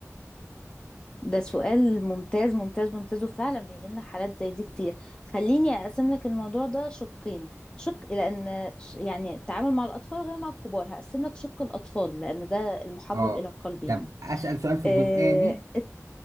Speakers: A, on the left (about 15°); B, on the right (about 75°).
A: ده سؤال ممتاز ممتاز ممتاز وفعلا بيجي لنا حالات زي دي كتير خليني اقسم لك الموضوع ده شقين شق لان ش- يعني التعامل مع الاطفال غير مع الكبار هقسم لك شق الاطفال لان ده المحبب
B: اه
A: الى القلب يعني
B: طب اسأل سؤال في
A: آه...
B: الجزئية دي
A: ات-